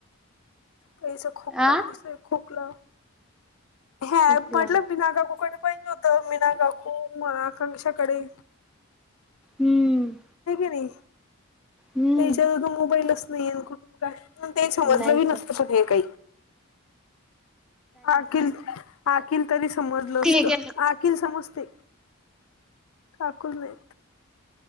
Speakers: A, on the left (about 75°); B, in the centre.
A: कलसा खोकला
B: आ
A: कसय खोकला. ह्या
B: खोकला
A: पडलं मीना काकूकडे पाहिजे होतं मीना काकू म आकांक्षाकडे
B: हम्म.
A: आणि
B: हम्म
A: त्याच्याकड तो मोबाईलच नाहीय अन कुट काय पण ते समजलं
B: नाहीच
A: बी नसतं
B: आहे
A: पण हे काही अखिल आखिल तरी समजलं
B: त्यांना
A: असत अखिल तरी समजते काकुला नाही